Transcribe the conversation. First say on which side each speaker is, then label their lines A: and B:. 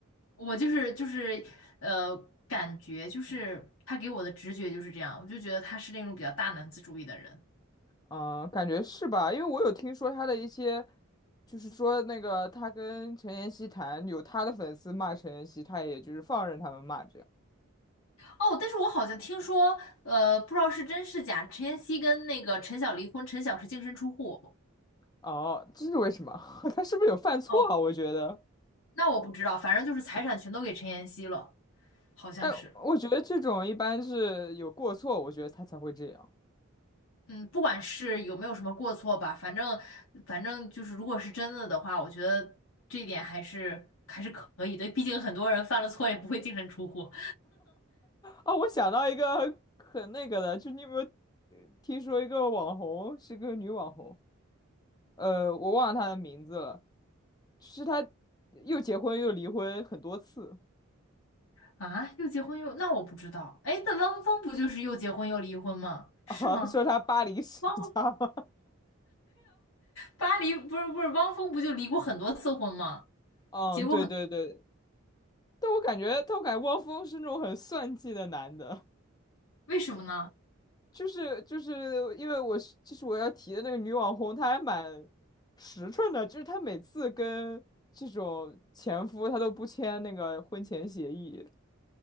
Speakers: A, on the left (about 70°); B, on the left (about 20°).
A: 我就是就是，呃，感觉就是他给我的直觉就是这样，我就觉得他是那种比较大男子主义的人。
B: 嗯，感觉是吧？因为我有听说他的一些，就是说那个他跟陈妍希谈，有他的粉丝骂陈妍希，他也就是放任他们骂这样。
A: 哦，但是我好像听说，呃，不知道是真是假，陈妍希跟那个陈晓离婚，陈晓是净身出户。
B: 哦，这是为什么？<laughs> 他是不是有犯错啊？
A: 哦，
B: 我觉得，
A: 那我不知道，反正就是财产全都给陈妍希了，好像是。
B: 哎，我觉得这种一般是有过错，我觉得他才会这样。
A: 嗯，不管是有没有什么过错吧，反正反正就是，如果是真的的话，我觉得这一点还是还是可以的。毕竟很多人犯了错也不会净身出户
B: 哦，我想到一个很那个的，就你有没有呃听说一个网红，是个女网红，呃，我忘了她的名字了，是她又结婚又离婚很多次。
A: 啊。又结婚又……那我不知道。哎，那汪峰不就是又结婚又离婚吗？
B: <laughs>
A: 是吗？
B: 啊，说他巴黎世家吗？
A: 汪巴黎不是不是汪峰不就离过很多次婚吗？
B: <laughs> 嗯，
A: 结过很……
B: 对对对，但我感觉，但我感觉汪峰是那种很算计的男的，
A: 为什么呢？
B: 就是就是因为我是就是我要提的那个女网红，她还蛮实诚的，就是她每次跟这种前夫，她都不签那个婚前协议，